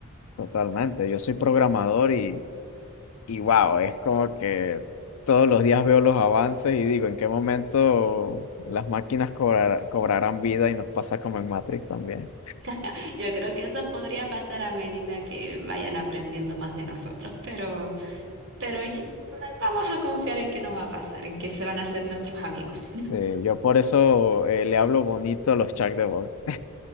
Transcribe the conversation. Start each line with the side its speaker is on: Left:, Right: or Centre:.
Left: totalmente. Yo soy programador y, y wow, es como que todos los días veo los avances y digo, ¿en qué momento las máquinas cobrar- cobrarán vida y nos pasa como en Matrix también?
Right: <laughs> Yo creo que eso podría pasar a medida que vayan aprendiendo más de nosotros, pero, pero y- vamos a confiar en que no va a pasar, en que se van a hacer nuestros amigos.
Left: Sí, yo por eso eh, le hablo bonito a los chats de voz.